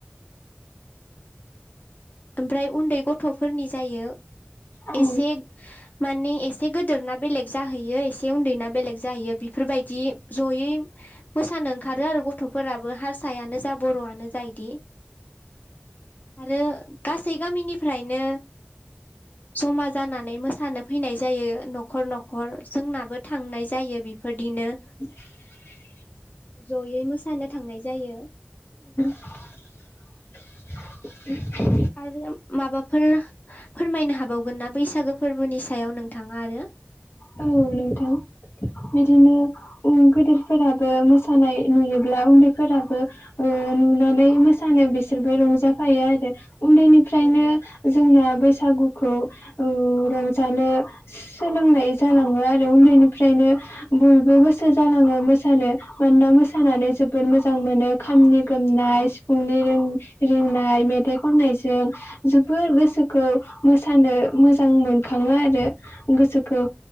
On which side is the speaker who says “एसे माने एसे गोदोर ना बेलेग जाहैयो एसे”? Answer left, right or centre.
Left